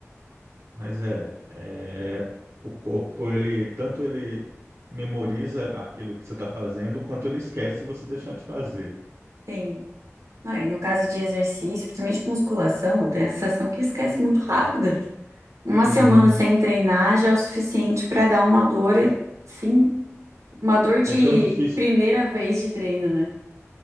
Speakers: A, on the right (about 60°); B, on the right (about 80°).
A: Mas é, é, o corpo, ele tanto ele memoriza aquilo que você está fazendo, quanto ele esquece se você deixar de fazer.
B: Sim. Ah, e no caso de exercício, principalmente com musculação, eu tenho a sensação que esquece muito rápido. Uma
A: Uhum.
B: semana sem treinar já é o suficiente para dar uma dor, sim, uma dor de
A: É tão difícil,
B: primeira vez de treino, né?